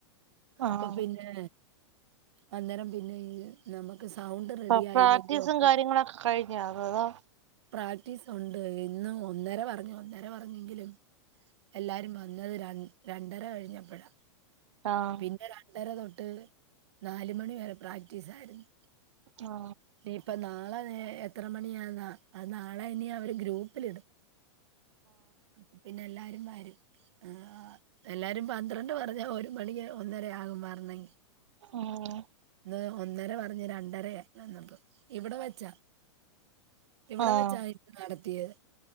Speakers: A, on the right; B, on the right.
A: അപ്പൊ
B: ആഹ്
A: പിന്നെ അന്നേരം പിന്നെ ഈ നമുക്ക് സൗണ്ട്
B: ഇപ്പൊ
A: റെഡി ആയില്ലെങ്കി
B: പ്രാക്ടീസും
A: ഒക്കത്തി
B: കാര്യങ്ങളൊക്കെ കഴിഞ്ഞ അതാണ്
A: പ്രാക്ടീസ് ഉണ്ട് ഇന്ന് ഒന്നര പറഞ്ഞു ഒന്നര പറഞ്ഞെങ്കിലും എല്ലാരും വന്നത് ര രണ്ടര കഴിഞ്ഞപ്പോഴാ
B: ആഹ്
A: പിന്നെ രണ്ടര തൊ ട്ട് നാലുമണി വരെ പ്രാക്ടീസ് ആയിരുന്നു
B: ആ
A: ഇനിയിപ്പ നാളെ എത്ര മണിയാന്ന അത് നാളെ ഇനി അവര് ഗ്രൂപ്പിലിടും അപ്പ പിന്നെ എല്ലാരും വരും ആ എല്ലാരും പന്ത്രണ്ട് പറഞ്ഞാ ഒരു മണി ആ ഒന്നര ആകും വരണേങ്കി
B: ആഹ്
A: ഇന്ന് ഒന്നര പ പറഞ്ഞു രണ്ടര വന്നപ്പ ഇവിടെ വെച്ചാ ഇവിടെ
B: ആഹ്
A: വെച്ചായിത് നട തിയത്